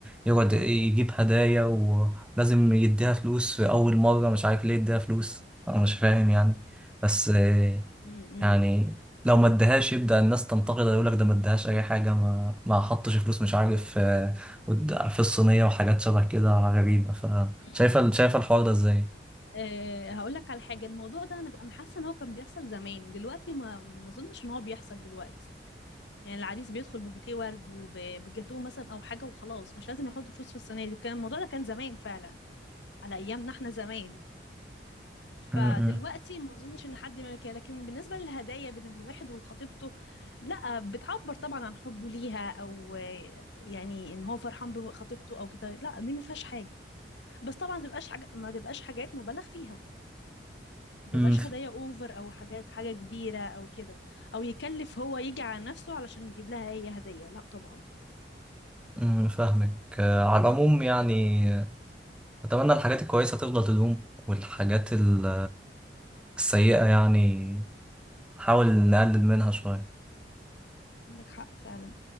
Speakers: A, in the centre; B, on the left.
A: يقعد إيه، يجيب هدايا ولازم يديها فلوس في أول مرة مش عارف ليه يديها فلوس أنا مش فاهم يعني بس آه،
B: امم
A: يعني لو ما ادهاش يبدأ الناس تنتقد يقول لك ده ما ادهاش أي حاجة ما ما حطش فلوس مش عارف آه، قد- في الصينية وحاجات شبه كده غريبة فشايفة
B: مم.
A: شايفة الحوار ده إزاي؟
B: أه هقول لك على حاجه الموضوع ده انا انا حاسه ان هو كان بيحصل زمان دلوقتي ما ما اظنش ان هو بيحصل دلوقتي يعني العريس بيدخل ببوكيه ورد وبجاتوه مثلا او حاجه وخلاص مش لازم يحط فلوس في الصينيه كان الموضوع ده كان زمان فعلا على ايامنا احنا زمان فدلوقتي
A: م- م-
B: ما اظنش ان حد يعمل كده لكن بالنسبه للهدايا بين الواحد وخطيبته لا بتعبر طبعا عن حبه ليها او آه، يعني ان هو فرحان بخطيبته او كده لا دي ما فيهاش حاجه بس طبعا ما تبقاش حاجه ما تبقاش حاجات مبالغ فيها ما تبقاش
A: م- ف-
B: هدايا اوفر او حاجات حاجه كبيره او كده او يكلف هو يجي على نفسه علشان يجيب لها هي هديه لا طبعا
A: م- فاهمك آه، على العموم يعني أتمنى الحاجات الكويسة تفضل تدوم والحاجات ال- السيئة يعني نحاول نقلل منها شوية
B: عندك حق فعلا